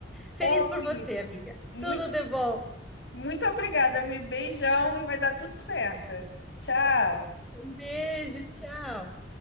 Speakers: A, in the centre; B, on the left (about 70°).
A: Feliz
B: Pô,
A: por
B: Vi,
A: você, amiga.
B: muito,
A: Tudo de bom.
B: muito obrigada, Vi. Beijão e vai dar tudo certo. Tchau.
A: Um beijo, tchau.